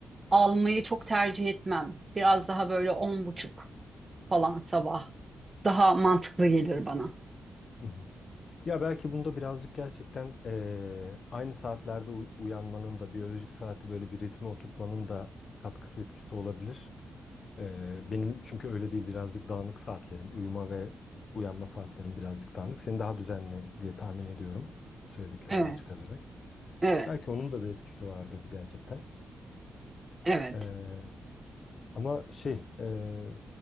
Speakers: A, on the right; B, on the left.
A: Almayı çok tercih etmem. Biraz daha böyle on buçuk falan sabah. Daha mantıklı gelir bana.
B: Hı hı. Ya belki bunda birazcık gerçekten eee, aynı saatlerde u- uyanmanın da biyolojik saati böyle bir ritme oturtmanın da katkısı etkisi olabilir. Eee, benim çünkü öyle değil birazcık dağınık saatlerim. Uyuma ve uyanma saatlerim birazcık dağınık. Senin daha düzenli diye tahmin ediyorum bu söylediklerinden
A: Evet,
B: çıkararak.
A: evet,
B: Belki onun da bir etkisi vardır gerçekten.
A: evet.
B: Eee, ama şey eee,